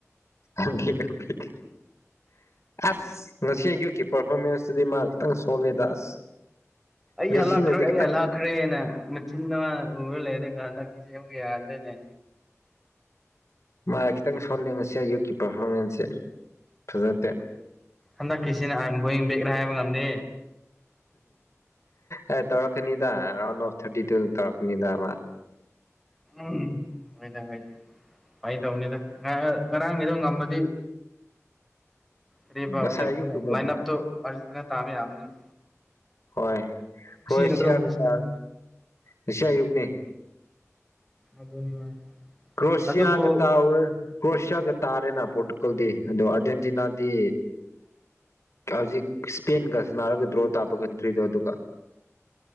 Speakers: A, on the left; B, in the centre.
A: ꯀꯝ <unintelligible> ꯑꯁ ꯉꯁꯤ ꯌꯨꯠꯀꯤ ꯄꯥꯔꯐꯣꯃꯦꯟꯁꯇꯨꯗꯤ ꯃꯥ ꯈꯤꯇꯪ ꯁꯣꯜꯂꯦꯗ ꯑꯁ
B: ꯑꯩ
A: ꯃꯦꯁꯤꯅꯗꯤ
B: ꯍꯜꯂꯛꯈ꯭ꯔꯦ ꯑꯩ
A: ꯈꯤꯇꯪ
B: ꯍꯜꯂꯛꯈ꯭ꯔꯦꯅ ꯃꯆꯤꯟꯅ ꯎꯔ ꯂꯩꯔꯒ ꯍꯟꯗꯛꯀꯤꯁꯦ ꯑꯃꯨꯛꯀ ꯌꯥꯗ꯭ꯔꯦꯅꯦ
A: ꯃꯥ ꯈꯤꯇꯪ ꯍꯣꯜꯂ‌ꯦ ꯑꯌꯨꯛꯀꯤ ꯄꯥꯔꯐꯣꯃꯦꯟꯁꯁꯦ ꯐꯖꯇꯦ
B: ꯍꯟꯗꯛꯀꯤꯁꯤꯅ ꯑꯥꯏꯑꯦꯝ ꯒꯣꯌꯤꯟ ꯕꯦꯛꯔ ꯍꯥꯏꯕ ꯉꯝꯗꯦ
A: ꯑꯦ ꯇꯧꯔꯛꯀꯅꯤꯗ ꯔꯥꯎꯟ ꯑꯣꯐ ꯊꯔꯇꯤ ꯇꯨ ꯇꯩꯔꯛꯀꯅꯤꯗ ꯃꯥ
B: ꯎꯝ ꯍꯣꯏꯗ ꯍꯣꯏꯗ ꯐꯒꯤ ꯇꯧꯅꯤꯗ ꯉꯥ ꯉꯔꯥꯡꯒꯤꯗꯣ ꯉꯝꯃꯗꯤ ꯀꯔꯤꯕꯥ
A: ꯉꯁꯥꯏ
B: ꯍꯧꯖꯤꯛꯀꯤ
A: ꯑꯌꯨꯛꯀꯤꯅꯦ
B: ꯂꯥꯏꯟ ꯑꯞꯇꯣ ꯐꯖꯅ ꯇꯥꯕ ꯌꯥꯕꯅꯤꯅꯦ
A: ꯍꯣꯏ ꯍꯣꯏ
B: ꯅꯠꯇ꯭ꯔꯣ
A: ꯁꯤꯑꯥꯔꯒ
B: ꯉꯁꯤꯅꯤ
A: ꯇꯥꯔ ꯉꯁꯤ ꯑꯌꯨꯛꯅꯤ
B: ꯑꯗꯨꯅꯤ ꯍꯣꯏ
A: ꯀ꯭ꯔꯣꯁꯤꯌꯥꯒ
B: ꯑꯗꯨꯕꯨ
A: ꯇꯥꯎꯔ ꯀ꯭ꯔꯣꯁꯤꯌꯥꯒ ꯇꯥꯔꯦꯅ ꯄꯔꯣꯇꯨꯒꯜꯗꯤ ꯑꯗꯣ ꯑꯥꯔꯖꯦꯟꯇꯤꯅꯥꯗꯤ ꯍꯧꯖꯤꯛ ꯏꯁ꯭ꯄꯦꯟꯒ ꯁꯅꯔꯒ ꯗ꯭ꯔꯣ ꯇꯥꯕ ꯀꯟꯇ꯭ꯔꯤꯗꯣ ꯑꯗꯨꯒ